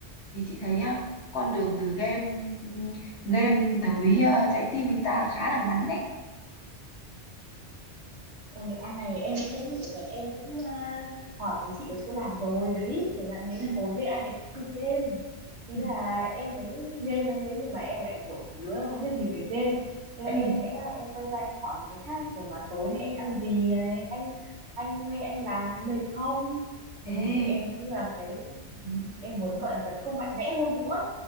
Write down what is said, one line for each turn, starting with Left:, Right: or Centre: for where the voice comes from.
Left: thì chị thấy á, con đường từ game game tới ờ, trái tim anh ta khá là ngắn đấy
Right: Ôi anh này em cũng em cũng à, hỏi mấy chị ở chỗ làm rồi đấy kiểu dạng thế là
Left: Ừ.
Right: tối về anh ấy cũng chơi game thế
Left: ừ.
Right: là em thấy game anh đấy nhưng mà em lại kiểu một đứa không biết gì về game thế là
Left: ừ
Right: em sẽ em quay ra em hỏi mấy cái khác kiểu mà tối nay anh ăn gì này anh anh hôm nay anh làm có mệt không
Left: thế
Right: ui em như là cái
Left: ừ.
Right: em muốn gọi là tấn công mạnh mẽ hơn nữa